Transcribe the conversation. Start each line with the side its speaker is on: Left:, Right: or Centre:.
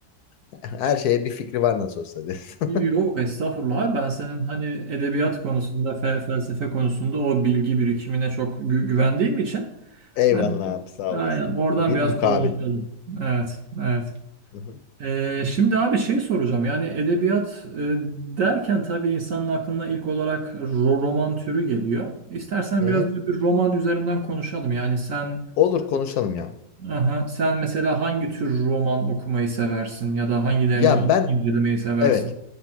Left: <laughs> Her şeye bir fikri var nasıl olsa diyorsun.
Right: Yok estağfurullah abi. ben senin hani edebiyat konusunda fe- felsefe konusunda o bilgi birikimine çok gü- güvendiğim için
Left: <laughs> Eyvallah
Right: hani
Left: abi sağ
Right: aynen
Left: olasın.
Right: oradan
Left: Bir
Right: biraz
Left: mukabil.
Right: konuşalım. Evet, evet.
Left: Hı hı.
Right: Ee, şimdi abi şey soracağım yani edebiyat e, derken tabii insanın aklına ilk olarak ro- roman türü geliyor. İstersen
Left: Hı
Right: biraz
Left: hı.
Right: böyle bir roman üzerinden konuşalım. Yani sen
Left: Olur konuşalım ya.
Right: aha, sen mesela hangi tür roman okumayı seversin ya da hangilerini
Left: Ya
Right: in-
Left: ben
Right: incelemeyi seversin?
Left: evet.